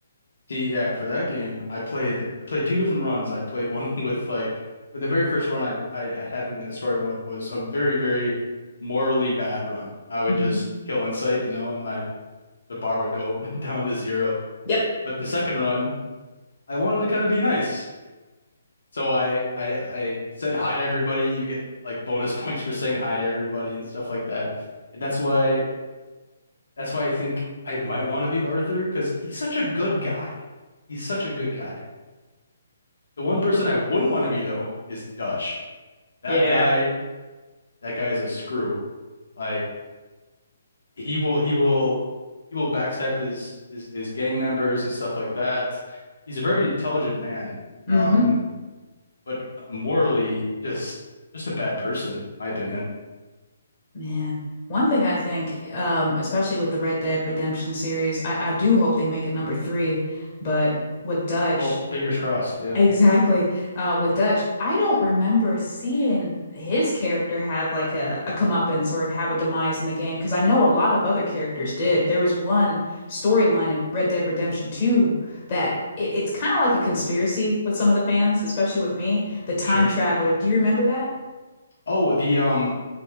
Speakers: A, on the left; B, on the left.
A: See, yeah, for that game, I played I played two different runs. I played one <laughs> with like but the very first run I, I I had in the story mode was a very, very morally bad run. I would
B: Mhm.
A: just kill Insight, you know, and my the bar would go <laughs> down to zero.
B: Yep.
A: But the second run, I wanted to kind of be nice. So I I I said hi to everybody. You get like bonus <laughs> points for saying hi to everybody and stuff like that. And that's why that's why I think I might want to be Arthur because he's such a good guy. He's such a good guy. The one person I wouldn't want to be though is Dutch. That
B: Yeah.
A: guy, that guy is a screw. Like he will, he will, he will backstab his his his gang members and stuff like that. He's a very intelligent man,
B: hmm
A: um, but morally just just a bad person, my opinion.
B: Man, one thing I think, um, especially with the Red Dead Redemption series, I, I do hope they make a number three, but with Dutch,
A: Oh, fingers crossed. Yeah,
B: Exactly. Uh, with Dutch, I don't remember seeing his character have like a, a comeuppance or have a demise in the game because I know a lot of other characters did. There was one storyline in Red Dead Redemption 2 that it, it's kind of like a conspiracy with some of the fans, especially with me. The Time
A: sure.
B: Traveler. Do you remember that?
A: Oh, the um,